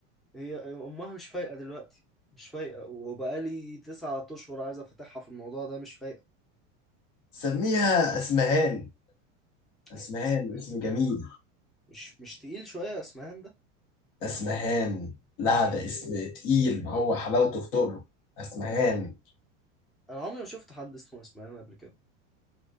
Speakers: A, in the centre; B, on the left.
A: هي امها مش فايقه دلوقتي مش فايقه وبقالي تسعة اشهر عايز افتحها في الموضوع ده مش فايقه
B: سميها اسمهان اسمهان
A: اس- اسمهان
B: اسم جميل
A: مش مش تقيل شويه اسمهان
B: اسمهان لا ده اسم تقيل هو حلاوته في تقله اسمهان
A: انا عمري ما شفت حد اسمه اسماعيل قبل كده